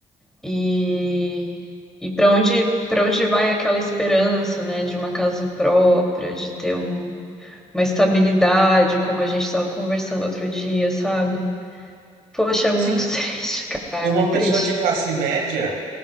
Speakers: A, in the centre; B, on the right.
A: E, e para onde, para onde vai aquela esperança, né, de uma casa própria, de ter um- uma estabilidade, como a gente estava conversando outro dia, sabe? Poxa, é muito
B: Sim,
A: <laughs> triste, cara,
B: Uma
A: é muito
B: pessoa
A: triste.
B: de classe média